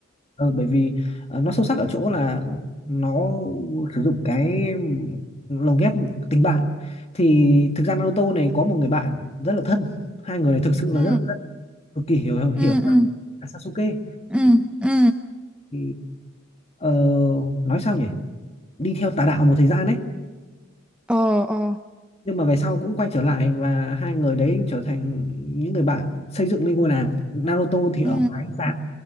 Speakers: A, on the left; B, in the centre.
A: Ờ, bởi vì ờ, nó sâu sắc ở chỗ là nó sử dụng cái lồng ghép tình bạn thì thực ra Naruto này có một người bạn rất là thân hai người này thực sự là
B: ừ
A: rất là thân, cực kỳ hiểu hiểu, hiểu
B: ừ ừ
A: là Sasuke
B: ừ ừ
A: thì ờ, nói sao nhỉ đi theo tà đạo một thời gian đấy
B: Ờ, ờ.
A: nhưng mà về sau cũng quay trở lại và hai người đấy trở thành những người bạn xây dựng lên ngôi làng Naruto thì ở
B: ừ
A: ngoài ánh sáng